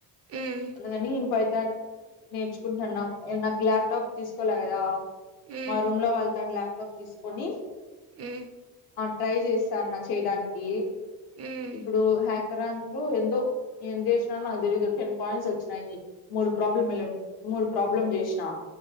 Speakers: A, on the right; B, on the left.
A: ఉమ్
B: అందుకని న్ నేర్చుకుంటన్నాం నాకు ల్యాప్టాప్ తీసుకోవాల గదా
A: ఉమ్
B: మా రూమ్ ల వాళ్ళ తానా ల్యాప్టాప్ తీసుకొని
A: ఉ
B: ట్రై చేస్తాన్నా చేయడానికి
A: ఉమ్
B: ఇప్పుడు హ్యాక్ సంక్రాంతి లో ఎందో ఏం చేసినానో నాకు తెలీదు టెన్ పాయింట్స్ వచ్చినాయి మూడు ప్రాబ్లమ్ మూడు ప్రాబ్లమ్ జెసిన